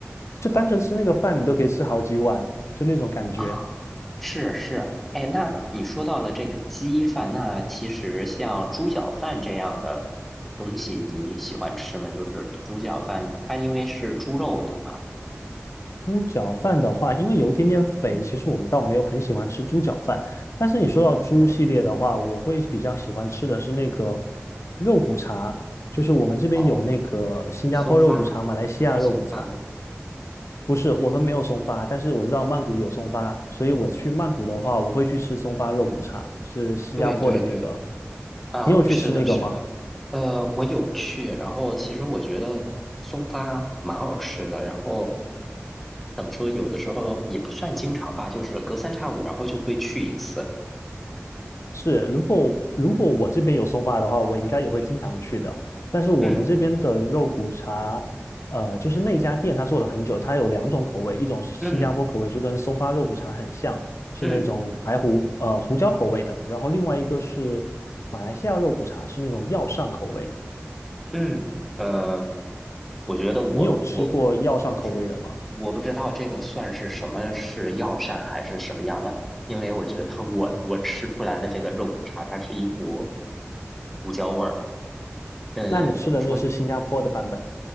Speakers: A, on the left; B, in the centre.
A: 就单纯吃那个饭，你都可以吃好几碗，就那种感觉。
B: 啊，是是，哎，那你说到了这个鸡饭，那其实像猪脚饭这样的东西，你喜欢吃吗？就是猪脚饭，它因为是猪肉的嘛。
A: 猪脚饭的话，因为有一点点肥，其实我们倒没有很喜欢吃猪脚饭。但是你说到猪系列的话，我会比较喜欢吃的是那个肉骨茶，就是我们这边有那个新加坡肉骨茶、
B: 哦，松发，
A: 马来西亚肉骨茶。
B: 是松发吗？
A: 不是，我们没有松发，但是我知道曼谷有松发，所以我去曼谷的话，我会去吃松发肉骨茶，是新加坡的那个。
B: 对对对。啊，
A: 你有去吃那个吗？
B: 是的，是的，呃，我有去，然后其实我觉得松发蛮好吃的，然后怎么说，有的时候也不算经常吧，就是隔三差五，然后就会去一次。
A: 是，如果如果我这边有松发的话，我应该也会经常去的。但是我们这边的肉骨茶，
B: 嗯
A: 呃，就是那家店它做了很久，它有两种口味，一种是新加坡口味，
B: 嗯
A: 就跟松发肉骨茶很像，是那种白胡呃胡椒口味的。
B: 嗯
A: 然后另外一个是马来西亚肉骨茶，是那种药膳口味的
B: 嗯，呃，我觉得我我
A: 你有吃过药膳口味的吗？
B: 不是，我不知道这个算是什么是药膳还是什么样的，因为我觉得我我吃出来的这个肉骨茶，它是一股胡椒味儿。嗯，
A: 那你吃的那个是新加坡的版本。
B: 怎么说？